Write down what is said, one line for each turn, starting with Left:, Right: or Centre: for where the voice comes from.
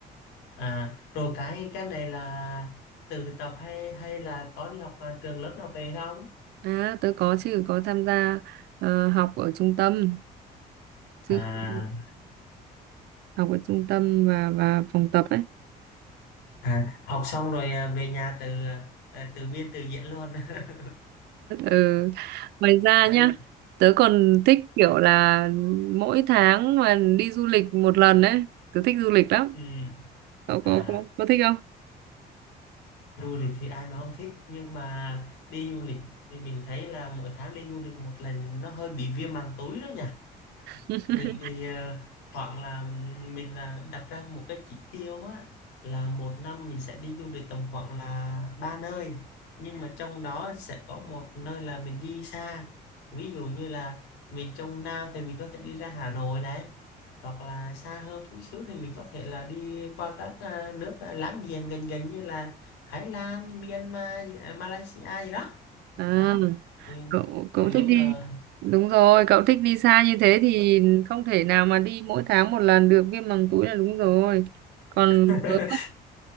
Left: à rồi cái cái này là tự tập hay hay là có đi học à, trường lớp nào về không
Right: à, tớ có chứ có tham gia ờ, học ở trung tâm chứ
Left: à
Right: ừ, học ở trung tâm và và phòng tập ấy
Left: À, học xong rồi à, về nhà từ à, à, từ biên từ diễn luôn <laughs>
Right: ừ. Ngoài ra nhá,
Left: Đu,
Right: tớ còn thích kiểu là mỗi tháng mà đi du lịch một lần đấy, tớ thích du lịch lắm.
Left: ừm,
Right: Cậu
Left: à,
Right: có có, có thích không?
Left: du lịch thì ai mà không thích nhưng mà đi du lịch thì mình thấy là mỗi tháng đi du lịch một lần nó hơi bị viêm màng túi đó nhỉ
Right: <laughs>
Left: mình thì à, hoặc là mình là đặt ra một cái chỉ tiêu á là một năm mình sẽ đi du lịch tầm khoảng là ba nơi nhưng mà trong đó sẽ có một nơi là mình đi xa ví dụ như là mình trong Nam thì mình có thể đi ra Hà Nội này hoặc là xa hơn chút xíu thì mình có thể là đi qua các à, nước à, láng giềng gần gần như là Thái Lan, Myanmar, à, Malaysia gì đó
Right: À,
Left: đó Ừ,
Right: cậu cậu thích
Left: đúng
Right: đi.
Left: rồi
Right: Đúng rồi, cậu thích đi xa như thế thì không thể nào mà đi mỗi tháng một lần được viêm màng túi là đúng rồi. Còn
Left: <laughs>
Right: tớ